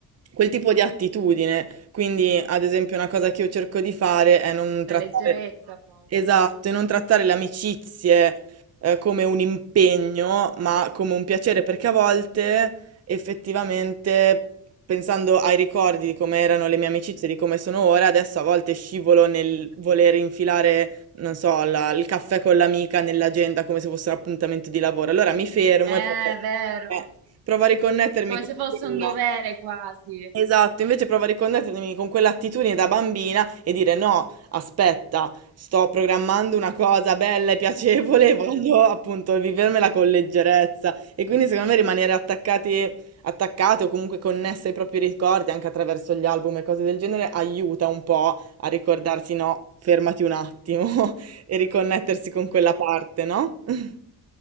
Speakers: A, on the right (about 40°); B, on the right (about 75°).
A: quel tipo di attitudine. Quindi, ad esempio, una cosa che io cerco di fare è non
B: la
A: trattare,
B: leggerezza forse.
A: esatto, e non trattare le amicizie eh, come un impegno, ma come un piacere, perché a volte effettivamente, pensando ai ricordi di come erano le mie amicizie, di come sono ora, adesso a volte scivolo nel voler infilare, non so, la- il caffè con l'amica nell'agenda come se fosse un appuntamento di lavoro. Allora mi fermo
B: Eh,
A: e provo,
B: È vero,
A: eh, provo a riconnettermi
B: come
A: con
B: se fosse
A: quella.
B: un dovere quasi.
A: Esatto, invece prova a riconnettermi con quell'attitudine da bambina e dire no, aspetta, sto programmando una cosa bella e piacevole
B: Eh.
A: <laughs> e voglio appunto vivermela con leggerezza. E quindi secondo me rimanere attaccati, attaccate o comunque connesse ai propri ricordi anche attraverso gli album e cose del genere aiuta un po' a ricordarsi no, fermati un attimo <laughs> e riconnettersi con quella parte, no? <laughs>